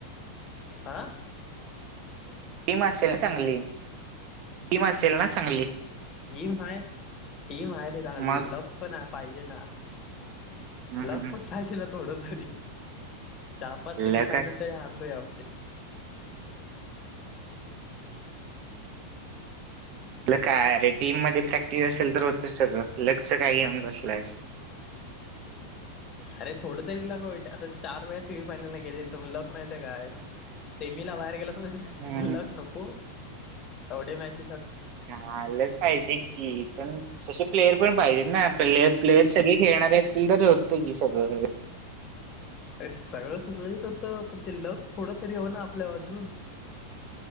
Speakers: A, on the left; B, on the right.
A: आा
B: टीम असेल ना चांगली. टीम असेल ना चांगली.
A: टीम हाय टीम आहे रे चांगली,
B: मग
A: लक पण पाहिजे ना!
B: हम्म
A: लक
B: हम्म.
A: पण पायचे ना, थोड तरी. चार -पाच सेमीफायनल
B: लक असलं
A: तरी हारलो यावर्षी.
B: काय रे टीम मध्ये प्रॅक्टिस असेल, तर होतच सगळं.
A: <inaudible>
B: लकच काय घेऊन बसलायस
A: अरे थोड तरी लाग आता चार वेळा सेमीफायल ला गेलेलो त लक नाही तर काय? सेमीला बाहेर गेले होय.
B: हम्म
A: लक नको? एवढे मॅच
B: हा लक पाहिजे की. पण तशे प्लेयर पण पाहिजेत ना प्लेअर, प्लेयर सगळे खेळणारे असतील तर होत की सगळं.
A: अरे, सगळं सुरळीत होत, पण ते लक थोडं तरी हो ना आपल्या अजून